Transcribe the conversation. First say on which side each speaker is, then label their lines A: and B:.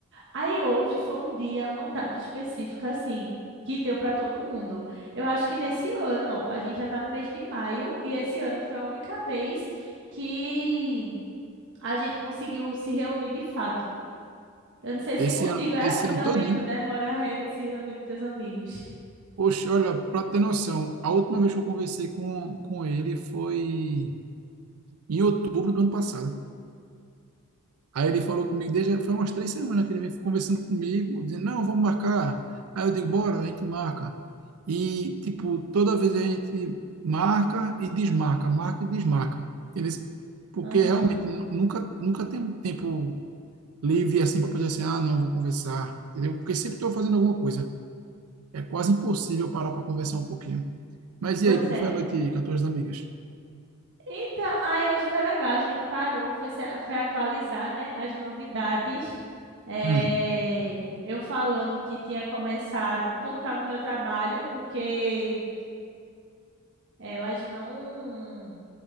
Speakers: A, on the right; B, on the right.
A: Aí hoje foi um dia, uma data específica, assim, que deu para todo mundo. Eu acho que nesse ano, ó, a gente já está no mês de maio, e esse ano foi a única vez que a gente conseguiu se reunir de fato. Eu não sei
B: Esse
A: se contigo
B: ano,
A: é
B: esse
A: assim
B: ano
A: também,
B: todinho.
A: tu demora a re- se reunir com teus amigos.
B: Oxe, olha, para ter noção, a última vez que eu conversei com, com ele foi em outubro do ano passado. Aí ele falou comigo, desde, foi umas três semanas que ele vem conversando comigo, dizendo, não, vamos marcar. Aí eu digo,
A: Aham.
B: bora, a gente marca. E, tipo, toda vez a gente marca e desmarca, marca e desmarca. Entendeu? Porque
A: Aham.
B: realmente nu- nunca, nunca tem um tempo livre assim para poder assim, ah, não, vou conversar. Entendeu? Porque sempre estou fazendo alguma coisa. É quase impossível parar para conversar um pouquinho. Mas
A: Pois
B: e aí, como
A: é.
B: foi a noite aí com as tuas amigas?
A: Então, aí hoje foi legal, a gente parou, foi, se- foi atualizar, né, as novidades. É,
B: Hum.
A: eu falando que tinha começado, como estava o meu trabalho, porque elas não